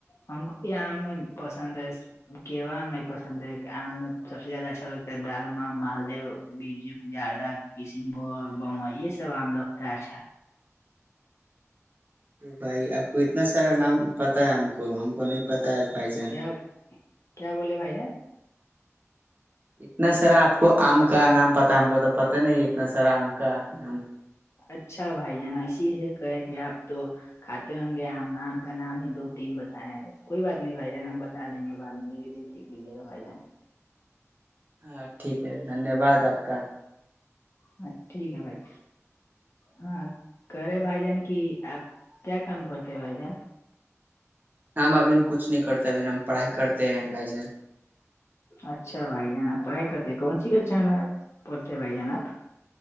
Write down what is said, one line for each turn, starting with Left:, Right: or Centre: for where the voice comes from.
Left: ہم کو یہاںیں پسند ہے کیوا آم نہیں پسند ہے آم میں سب سے زیادہ اچھا لگتا ہے دال م مالد بیج جردہ کشن بھگ بمبئی یہ سب آم لوگتا اچھا
Right: بھائی آپ کو اتنا سارا نام پتا ہے ہم کو ہم کو نہیں پتاہ ہے بھائی جان
Left: کیا کیا بولے بھائی جان
Right: اتنا سارا آپ کو آم کا نام پتا آم کا تو پتا نہیں اتنا سارا آم کا نام
Left: اچھا بھائی جانا اسی کہے کہ آپ تو کھاتے ہوں گے آم آم کا نام ہی دو تین بتائے ہیں کوئی بات نہیں بھائی جان ہم بتا دیں گے بد میں دھیرے دھیرے سیکھ لیجی گ بھائی جان
Right: ہاں ٹھیک ہے دھنیہ واد آپ کا
Left: ہاں ٹھیک ہے بھائی ہاں کرے بھائی جان کی آپ کیا کام کرتے ہے بائی جان
Right: ہم ابھی کچھ نہیں کرتے اب ہم پڑھائی کرتے ہیں بھائی جان
Left: اچھا بھائی جان آپ پڑھائی کرتے ہیں کون سی کچا میں پڑھتے ہیں بھائی جان آپ